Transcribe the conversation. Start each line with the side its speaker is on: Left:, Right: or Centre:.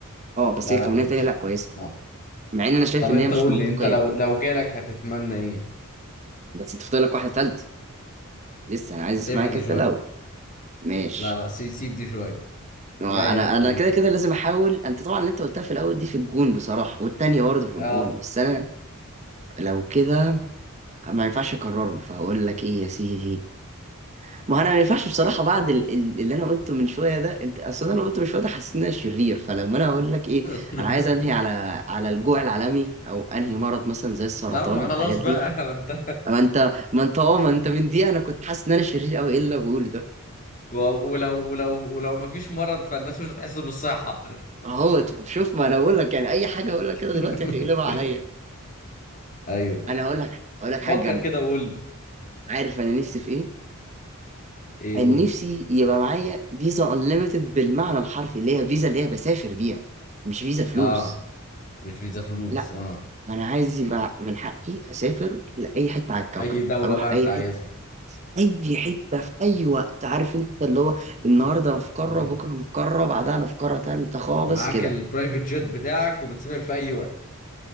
Right: اه بس
Left: لا
Right: هي
Left: لا
Right: كونية
Left: تمشي
Right: تانية لا كويسة
Left: اه
Right: مع ان انا شايف
Left: طب
Right: ان
Left: انت
Right: هي مش
Left: قول
Right: منطقية
Left: لي انت لو لو جالك هتتمنى ايه
Right: بس انت فاضل لك واحدة تالتة لسه انا عايز اسمعك
Left: سيبها دي
Right: انت
Left: شويه
Right: الاول ماشي
Left: لا لا سيب سيب دي شويه
Right: هو
Left: جايه
Right: انا
Left: في الطريق
Right: انا كده
Left: ما
Right: كده
Left: تقلقش.
Right: لازم احاول انت طبعا اللي انت قلتها في الاول دي في الجون بصراحة والتانية برضه في
Left: اه
Right: الجون بس انا لو كده ما ينفعش اكررهم فهقول لك ايه يا سيدي ما انا ما ينفعش بصراحة بعد ال- ال- اللي انا قلته من شوية ده انت اصلا انا قلته من شوية ده حسيت ان انا شرير فلما انا اقول لك ايه
Left: <laughs>
Right: انا عايز انهي على على الجوع العالمي او انهي مرض مثلا زي السرطان
Left: لا ما
Right: والحاجات
Left: خلاص
Right: دي
Left: بقى <laughs> انت
Right: ما انت ما انت اه ما انت من دي انا كنت حاسس ان انا شرير قوي ايه اللي أنا بقوله ده
Left: و- ولو ولو ولو ما فيش مرض فالناس مش هتحس بالصحة
Right: اهو شوف ما انا بقول لك يعني اي حاجه اقول لك كده دلوقتي
Left: <laughs>
Right: هتقلبها عليا
Left: ايوه
Right: انا هقول لك هقول لك حاجه
Left: فكر
Right: جامده
Left: كده وقول لي
Right: عارف انا نفسي في ايه
Left: ايه
Right: انا
Left: قول
Right: نفسي
Left: لي
Right: يبقى معايا فيزا انليميتد بالمعنى الحرفي اللي هي فيزا اللي هي بسافر بيها مش فيزا فلوس
Left: اه مش فيزا فلوس
Right: لا
Left: اه
Right: انا عايز يبقى من حقي اسافر لاي حته على الكوكب
Left: اي دولة
Right: اروح
Left: بقى انت
Right: اي
Left: عايزها
Right: حته اي حته في اي وقت عارف انت اللي هو النهارده انا في قاره
Left: مم.
Right: بكره انا في قاره بعدها انا في قاره تالته خالص
Left: معاك
Right: كده
Left: البرايفت جيت بتاعك وبتسافر في اي وقت